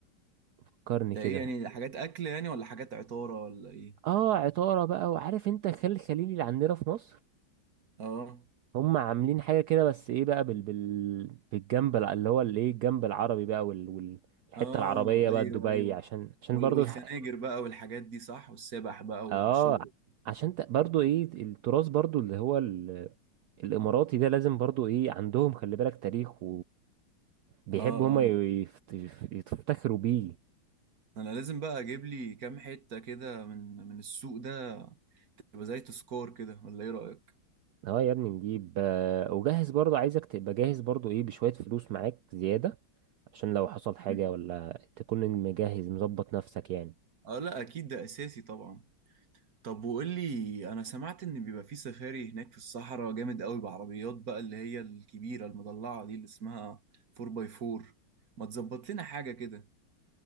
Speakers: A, on the right; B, on the right.
A: فكرني
B: ده
A: كده
B: ايه يعني حاجات اكل يعني ولا حاجات عطارة ولا ايه
A: اه عطاره بقى وعارف انت خل الخليلي اللي عندنا في مصر
B: اه
A: هم عاملين حاجة كده بس ايه بقى بال... بال... بالجنب الع- اللي هو الايه الجنب العربي بقى وال... وال... الحتة
B: اه
A: العربية
B: ايوه
A: بقى دبي
B: ايوه
A: عشان عشان
B: وال-
A: برضو
B: والخناجر
A: تح-
B: بقى والحاجات دي صح والسبح بقى
A: اه
B: والشغل
A: عشان ت... برضو ايه التراث برضو اللي هو ال... الاماراتي ده لازم برضو ايه عندهم خلي بالك تاريخ وبيحبوا
B: اه اه
A: هم يفت... يفتخروا بيه
B: انا لازم بقى اجيب لي كام حتة كده من من السوق ده تبقى زي تذكار كده ولا ايه رأيك
A: اه يا ابني نجيب آه، وجهز برضو عايزك تبقى جاهز برضو ايه بشوية فلوس معاك زيادة عشان لو حصل حاجة
B: مم.
A: ولا تكون مجهز مظبط نفسك يعني
B: اه لا اكيد ده اساسي طبعا طب وقول لي انا سمعت ان بيبقى في سفاري هناك في الصحراء جامد قوي بعربيات بقى اللي هي الكبيرة المضلعة دي اللي اسمها 4 باي 4 ما تظبط لنا حاجة كده